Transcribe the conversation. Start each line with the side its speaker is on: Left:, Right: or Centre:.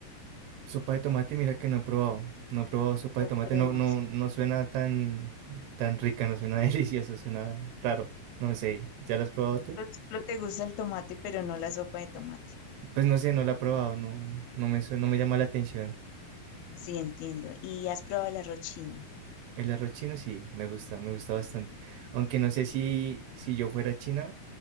Right: Sopa de tomate, mira que no he probado. No he probado sopa de
Left: ¿O
Right: tomate.
Left: cremas?
Right: No, no, no suena tan, tan rica, no suena <laughs> delicioso, suena raro. No sé, ¿ya la has probado tú?
Left: Solo solo te gusta el tomate, pero no la sopa de tomate.
Right: Pues no sé, no la he probado, no, no me, su- no me llama la atención.
Left: Sí, entiendo. ¿Y has probado el arroz chino?
Right: El arroz chino sí, me gusta, me gusta bastante. Aunque no sé si, si yo fuera china,